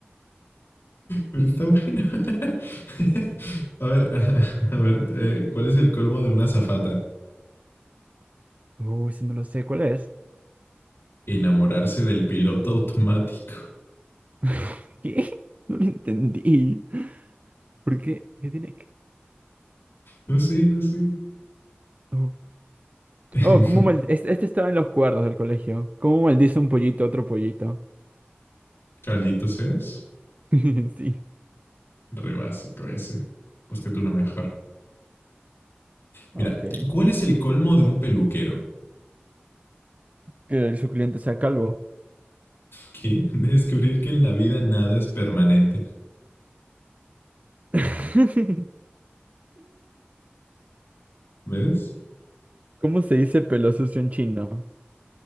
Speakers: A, on the left (about 70°); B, on the right (about 35°).
A: Pero está bueno. <laughs> a ver, <laughs> a ver, eh, ¿cuál es el colmo de una azafata?
B: Uy, si no lo sé, ¿cuál es?
A: Enamorarse del piloto automático.
B: <laughs> ¿Qué? No lo entendí. ¿Por qué? ¿Qué tiene que...?
A: No sé, no sé.
B: Oh,
A: <laughs>
B: Oh, ¿cómo mal... Este, este estaba en los cuerdos del colegio. ¿Cómo maldice un pollito a otro pollito?
A: Caldito seas.
B: <laughs> Sí.
A: Re básico ese. Búscate uno mejor. Mira,
B: Ok.
A: ¿cuál es el colmo de un peluquero?
B: Que el cliente sea calvo.
A: ¿Qué? <laughs> Descubrir que en la vida nada es permanente.
B: <laughs>
A: ¿Ves?
B: ¿Cómo se dice pelo sucio en chino?